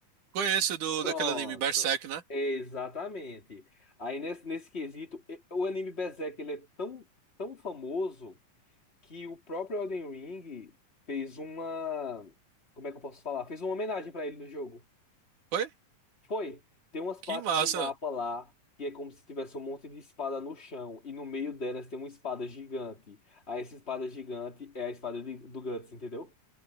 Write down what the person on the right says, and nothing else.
Conheço do
daquele anime Berserk, né?
Foi?
Que massa.